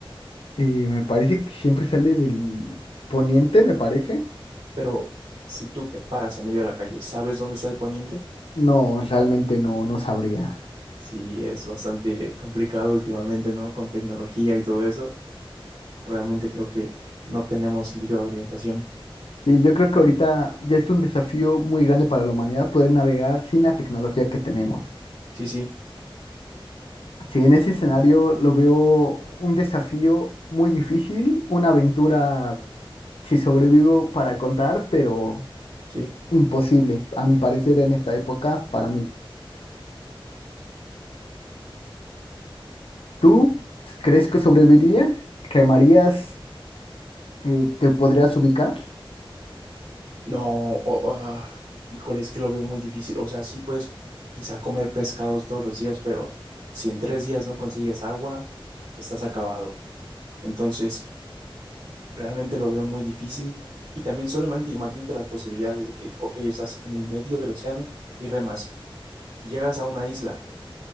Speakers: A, on the left; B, on the right.
A: Eh, me parece que siempre sale del poniente, me parece.
B: Pero si tú te paras en medio de la calle, ¿sabes dónde está el poniente?
A: No, realmente no, no sabría.
B: Sí, es bastante complicado últimamente, ¿no? Con tecnología y todo eso. Realmente creo que no tenemos sentido de orientación.
A: Sí, yo creo que ahorita ya es un desafío muy grande para la humanidad poder navegar sin la tecnología que tenemos.
B: Sí, sí,
A: Sí, en ese escenario lo veo un desafío muy difícil, una aventura, si sobrevivo, para contar, pero
B: sí.
A: imposible, a mi parecer, en esta época para mí. ¿Tú crees que sobrevivirías? ¿Remarías? Eh, ¿te podrías ubicar?
B: No, o- o, ah, híjole, es que lo veo muy difícil. O sea, sí puedes quizá comer pescados todos los días, pero si en tres días no consigues agua, estás acabado. Entonces, realmente lo veo muy difícil. Y también solamente imagínate las posibilidades de que, ok, estás en el medio del océano y remas y llegas a una isla,